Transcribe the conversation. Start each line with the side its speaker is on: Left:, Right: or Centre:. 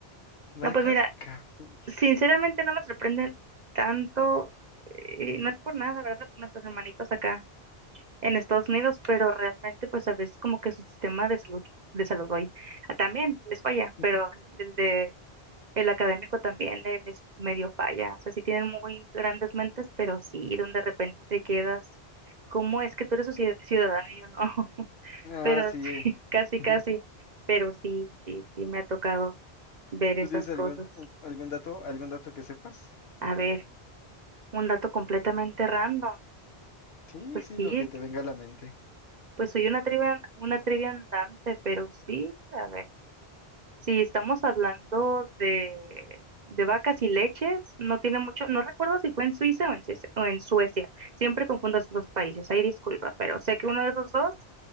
Left: Vacas
Right: No, pues mira,
Left: cafés.
Right: sinceramente no me sorprende tanto, eh, y no es por nada, ¿verdad? Por nuestros hermanitos acá en Estados Unidos, pero realmente pues a veces como que su sistema de salud, de salud hoy ah, también les falla,
Left: <laughs>
Right: pero el de el académico también le- les medio falla. O sea, sí tienen muy grandes mentes, pero sí, donde de repente te quedas, ¿cómo es que tú eres su ciudadano y yo no?
Left: Ah,
Right: pero
Left: sí.
Right: sí, <laughs>
Left: eh.
Right: casi,
Left: <laughs>
Right: casi, pero sí, sí, sí me ha tocado ver esas
Left: ¿Tú tienes algún,
Right: cosas.
Left: un- algún dato, algún dato que sepas?
Right: A ver, un dato completamente random.
Left: Sí,
Right: Pues
Left: sí,
Right: sí,
Left: lo que te venga a la mente.
Right: pues soy una trivia, una trivia andante, pero sí, a ver, si estamos hablando de, de vacas y leches, no tiene mucho, no recuerdo si fue en Suiza o en, Suiza- o en Suecia, siempre confundo esos dos países, ahí disculpa, pero sé que uno de esos dos